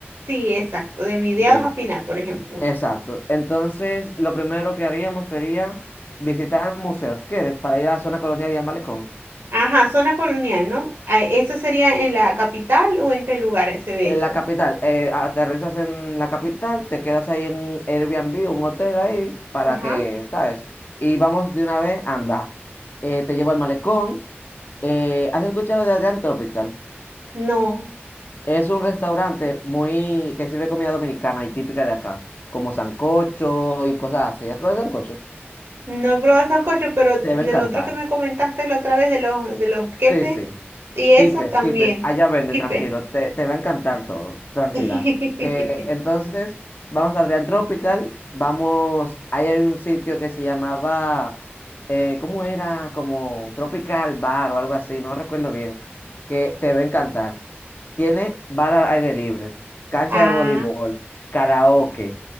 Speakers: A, on the right; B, on the left.
A: Sí, exacto. De mediados
B: Bien,
A: a final, por ejemplo.
B: exacto. Entonces, lo primero que haríamos sería visitar museos, ¿quieres? Para ir a la zona colonial y al malecón.
A: Ajá, zona colonial, ¿no? Ah, ¿Eso sería en la capital o en qué lugar se ve
B: En
A: eso?
B: la capital, eh, aterrizas en la capital, te quedas ahí en un Airbnb, un hotel ahí, para
A: Ajá.
B: que, ¿sabes? Y vamos de una vez, anda. Eh, te llevo al malecón. Eh, ¿has escuchado de Adrián Tropical?
A: No,
B: Es un restaurante muy que sirve comida dominicana y típica de acá, como sancocho y cosas así. ¿Has probado el sancocho?
A: no he probado sancocho, pero
B: Te
A: el
B: debe encantar.
A: otro que me comentaste la otra vez de los de los
B: Sí,
A: quepes
B: sí.
A: y eso
B: Quipes,
A: también.
B: Quipes, allá venden,
A: Quipe.
B: tranquilo, te, te va a encantar todo, tranquila.
A: <laughs>
B: Que entonces vamos a Adrián Tropical, vamos, ahí hay un sitio que se llamaba, eh, ¿cómo era? Como Tropical Bar o algo así, no recuerdo bien, que te va a encantar. Tiene bar al aire libre, cancha
A: Ah,
B: de voleibol, karaoke,